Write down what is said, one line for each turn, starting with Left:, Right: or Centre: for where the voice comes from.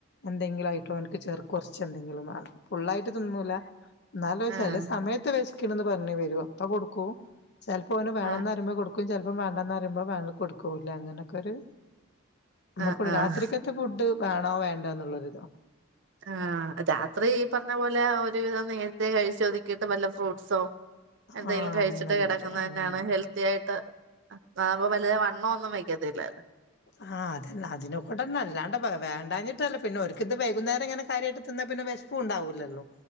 Left: എന്തെങ്കിലായിട്ടോ ഓൻക്ക് ചേർ കൊറച്ചെന്തങ്കിലും വാണം. ഫുള്ളായിട്ട് തിന്നൂല എന്നാലു
Right: ആഹ്
Left: ചേലെ സമയത്ത് വെശക്കണന്ന് പറഞ്ഞു വരും. ത്ര കൊടുക്കു ചെൽപ്പ വേണന്നറിയുമ്പ
Right: ആഹ്
Left: കൊടുക്കും ചെലപ്പ വേണ്ടന്നറിയുമ്പ <unintelligible> കൊടുക്കൂലാങ്ങനക്കൊരു മ്മക്കവിടെ
Right: ആഹ് ആഹ്
Left: രാത്രിക്കത്തെ ഫുഡ് വേണോ വേണ്ടയൊ എന്നുള്ളൊരിതോ
Right: ആഹ് രാത്രി ഈ പറഞ്ഞപോലെ ഒരുവിധം നേരത്തെ കഴിച്ചൊതുക്കിട്ട് വല്ല ഫ്രൂട്സോ എന്തെങ്കിലും
Left: ആ
Right: കഴിച്ചിട്ട്
Left: അങ്ങനെ അങ്ങോട്ട്
Right: കെടക്കുന്ന തന്നെയാണ്
Left: ആ
Right: ഹെൽത്തി ആയിട്ട് ന്നാമ്പോ വല്യ വണ്ണം ഒന്നും വെക്കത്തില്ല
Left: ആഹ് അതന്നെ അതിന് കൊണ്ടന്നെ അല്ലാണ്ട് വേണ്ടഞ്ഞിട്ടല്ല പിന്നെ ഓര്ക്കിത് വൈകുന്നേരം ഇങ്ങനെ കാര്യായിട്ട് തിന്നാ പിന്നെ വേശ്പ്പും ഇണ്ടാവൂല്ലല്ലോ